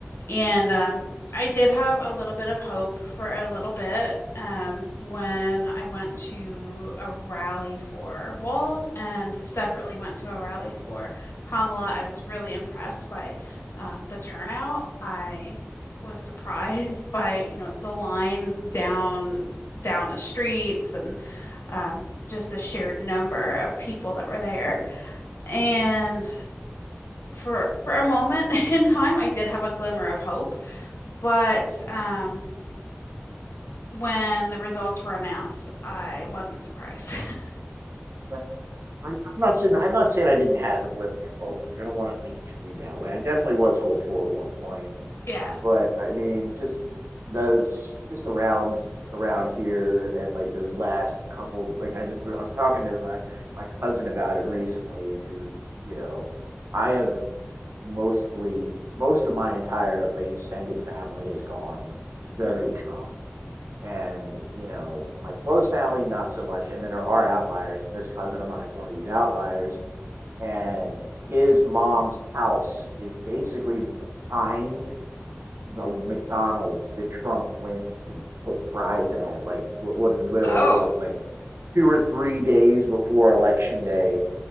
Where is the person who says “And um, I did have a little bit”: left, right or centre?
Left